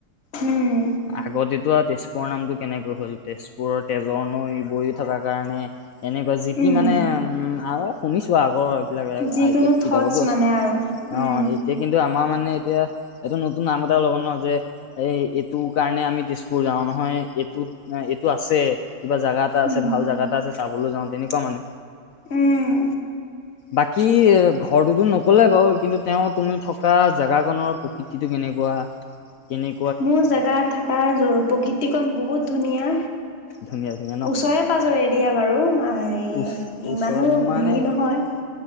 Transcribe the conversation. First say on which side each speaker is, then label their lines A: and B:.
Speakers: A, on the left; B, on the left.
A: উম।
B: আগতেতো আৰু তেজপুৰৰ নামতটো কেনেকৈ হ'ল তেজপুৰৰ তেজৰ ন বৈ থকাৰ কাৰণে। এনেকুৱা জিতি
A: উম,
B: মানে উম আৰু শুনিছো আগৰ যিবিলাক
A: যিকোনো
B: আই টি আইকিতাপতো
A: থটছ
B: আছে
A: মানে আৰু উম,
B: অ এতিয়া কিন্তু আমাৰ মানে এতিয়া এটো নতুন নাম এটা ল'ব ন যে এই এইটো কাৰণে আমি তেজপুৰ যাও নহয় ম এইটোত এইটো আছে কিবা জাগা এটা আছে
A: উম,
B: ভাল জাগা এটা আছে চাবলৈ যাওঁ তেনেকুৱা মানে
A: উম
B: বাকী ঘৰটোতো নকলে বাৰু কিন্তু তেওঁ তুমি থ থকা জোগাখনৰ প্ৰকৃতিটো কেনেকুৱা কেনে
A: মোৰ জেগা থকা প্ৰকৃতিকণ বহুত ধুনীয়া
B: ধুনীয়া ধুনীয়া ন
A: ওচৰে পাজৰে দিয়া বাৰু হাযি
B: ওচ ওচৰত
A: ইমানো হেৰি
B: মানে
A: নহয়।